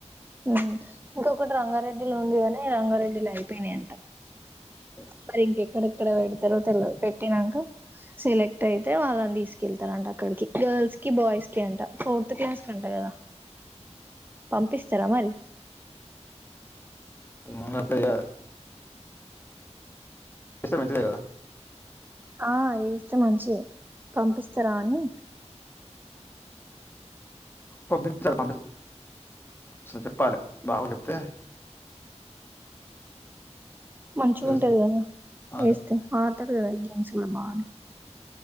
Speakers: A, on the right (about 15°); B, on the left (about 20°).
A: ఉమ్ ఇంకొకటి రంగారెడ్డిలో ఉంది కని రంగారెడ్డిలో అయిపోయినయంట
B: అ
A: మరి ఇంకెక్కడెక్కడ పెడతరో తెలవదు, పెట్టినంక సెలెక్ట్ అయితే వాళ్ళని తీసుకెళ్త రంట. అక్కడికి గర్ల్స్ కి బాయ్స్ కి అంట, ఫోర్త్ క్లాస్ కి అంట కదా. పంపిస్తరా మరి?
B: ఉమ్ అంతేగ ఇస్తే మంచిదే కదా.
A: ఆ ఏస్తే మంచిదే పంపిస్తారా అని.
B: పంపించాలండి, చెప్పాలె బాగా చెప్తే
A: మంచిగా
B: తెలుస్తుంది
A: ఉంటుది కదా
B: అదే
A: వేస్తే ఆడతారు కదా గేమ్స్ కూడా బాగానే